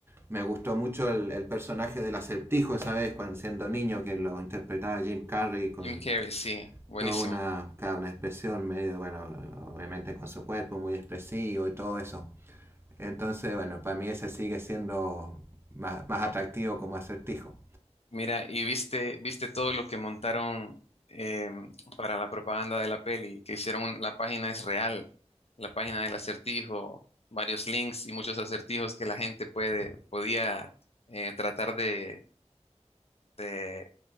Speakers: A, on the right; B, on the left.
A: me gustó mucho el, el, personaje del acertijo esa vez, cuando siendo niño, que lo interpretaba Jim Carrey con
B: Jim Carrey, sí, buenísimo.
A: toda una, claro, una expresión medio, bueno, obviamente con su cuerpo muy expresivo y todo eso. Entonces, bueno, para mí ese sigue siendo más, más atractivo como acertijo.
B: Mira, y viste, viste todo lo que montaron em, para la propaganda de la peli, que hicieron un- la página es real, la página del acertijo, varios links y muchos acertijos que la gente puede, podía eh, tratar de, de,